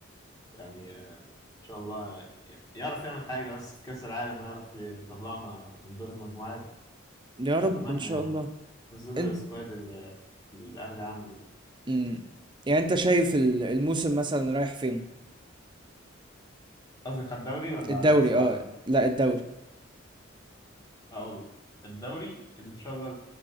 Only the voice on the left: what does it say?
يعني آه، ان شاء الله آه، يعرف يعمل حاجة بس في كأس العالم يعرف يطلعنا من دور المجموعات
اتمنى
يعني
في ظل
السكواد اللي اللي الاهلي عامله
قصدك على الدوري ولا
على كأس العالم؟
هقول لك. الدوري ان شاء الله